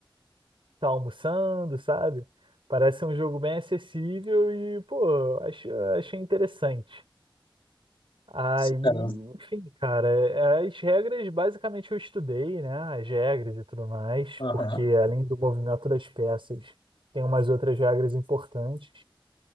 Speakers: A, on the right; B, on the left.
A: tá almoçando, sabe? Parece um jogo bem acessível e, pô, acho, achei interessante. Aí,
B: sim, cara.
A: enfim, cara, é- as regras basicamente eu estudei, né? As regras e tudo mais,
B: Aham.
A: porque além do movimento das peças, tem umas outras regras importantes.